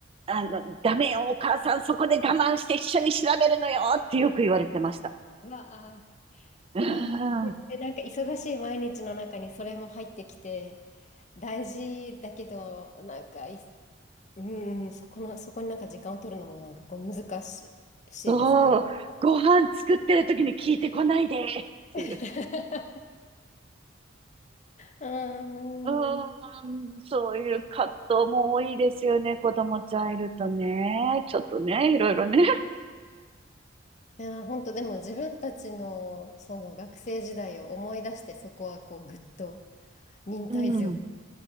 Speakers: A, on the right; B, on the left.
A: あの、ダメよ、お母さん、そこで我慢して一緒に調べるのよってよく言われてました。
B: うわあ。
A: <laughs> う
B: わあ、
A: ん。
B: でなんか忙しい毎日の中にそれも入ってきて、大事だけど、なんかい、うんうん、そこの、そこになんか時間を取るのもなんかこう難しい、しいですね。
A: そう、ご飯作ってる時に聞いてこないでっていう。
B: <laughs> うん。
A: う
B: <laughs> い
A: ーん、そういう葛藤も多いですよね。子供ちゃんいるとね。ちょっとね、いろいろね。
B: や、本当でも自分たちのその学生時代を思い出して、そこはこうぐっと忍耐強く
A: うん、